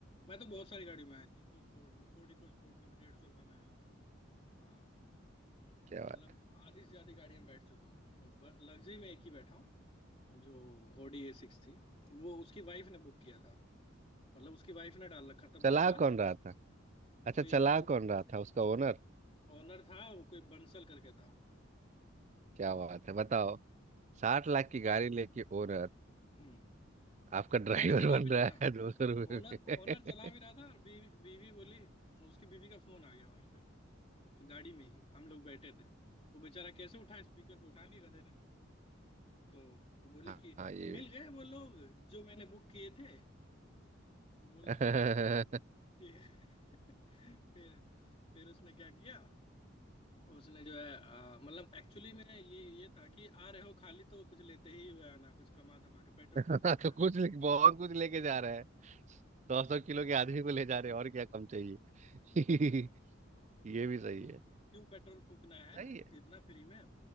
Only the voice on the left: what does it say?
मैं तो बहुत सारी गाड़ी में आया इको स्पोर्ट में फोर्ड इको स्पोर्ट में भी डेढ़ सौ रुपये में आया हूँ हाँ,
मतलब
आधी से ज्यादा गाड़ी में बैठ चुका हूँ और लग्जरी में एक ही बैठा हूँ जो ओडीए सिक्स थी वो उसकी वाइफ ने बुक किया था मतलब उसकी वाइफ ने डाल रखा था बुला
बुला
कोई
बन
ओनर था वो कोई बंसल करके था
हम्म
ओनर ही चला
भी रहा
था
ओनर
ओनर चला भी रहा था और बीवी बीवी बोली उसकी बीवी का फोन आ गया वहीं पे गाड़ी में ही हम लोग बैठे थे तो बेचारा कैसे उठा स्पीकर पे उठा लिया गधे ने तो
बोले
कि
मिल गए वो लोग जो मैंने बुक किए थे तो बोला
हाँ
फिर <laughs> फिर फिर उसने क्या किया उसने जो है अ, मतलब एक्चुअली में ये ये था कि आ रहे हो खाली तो कुछ लेते ही हुए आना कुछ कमा धमा के पेट्रोल
क्यों फूकना है
क्यों पेट्रोल फूकना है
इतना फ्री में